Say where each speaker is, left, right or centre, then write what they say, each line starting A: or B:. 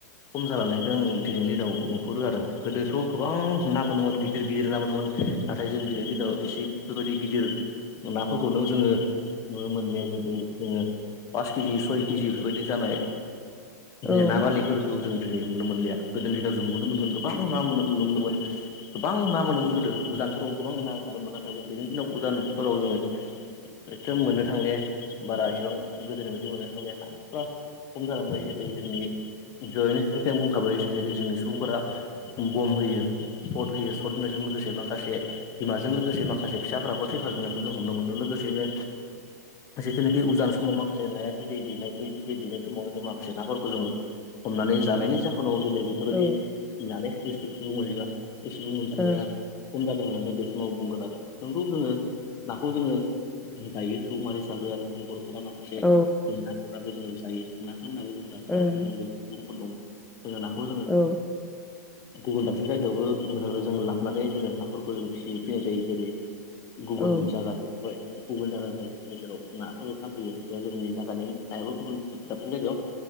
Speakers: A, on the left; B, in the centre.
A: खम जालांनायखौ आं दिनैनि दिनाव नुहुरो आरो। गोदोथ' गोबां ना मोनोमोन गिदिर गिदिर ना मोनोमोन नाथाय जों दिनैनि दिनाव एसे बेफोरबायदि गिदिर नाफोरखौनो जोङो नुनो मोनलिया। जेरै जों ओ पास केजि सय केजि बेफोरबायदि जानाय
B: औ
A: बे
B: ओं
A: ना बारलिफोरखौ जों जेरै नुनो मोनलिया। गोदो दिनाव जों नुनो मोनोमोन गोबां ना मोनो नुनो मोनदोंमोन गोबां ना मोनोमोन गोदो। उजानफोराव गोबां ना ओंखारोमोन नाथाय जों दिनैनि दिनाव उजानफोराव जोङो एथ' मोननो थांलि बारा इसेबां गोदोनि बायदि मोननो थांल ना। फ्रा य खम जालांबाय गोदै जोंनि जयैनो जेथिया आं बुंखाबाय जेनोखि जोंनि सुबुंफोरा बम होयो। सट होयो सट होनायजों लोगोसे माखासे बिमाजों लोगोसे माखासे फिसाफ्राबो थैफाजोबनाय खो जों हमनो मोनो। लोगोसेनो जिथुनिखि उजान समाव माखासे नाया बिदै दैनाय बै बिदै दैेनाय समाव जों माखासे नाफोरखौ जोङो हमनानै जानायनि जाहोनाव दिनै बेफोरबायदि
B: औ ओं औ
A: नानि जेथु सुबुं अनजिमा बे सुबुं अनजिमाया
B: ओं
A: खम जादों होननानै बे समाव बुंगोन आरो। नोंगौ जोङो नाखौ जोङो जायो। सुबुंमाहारि हिसाबै आरो जोंनि बर'फोरा माखासे
B: ओं औ
A: जों ना गुरनाबो जोङो जायो ना फाननाबो जों जाग्रा
B: ओं
A: जों सुबुंफोर दङो। जोङो नाखौ जोङो
B: औ
A: गुबुन दाबसे जायगायावबो जों लाबोनानै जोङो नाफोरखौ जों फिसि फैनाय जायो। जेरै गुबुन
B: औ।
A: जायगानि गुबुन जायगानिफ्राय गेजेराव नाफोरबो फानफैयो एबा जोंनि जायगानि नायाबो गुबुन दाबसिन जायगायाव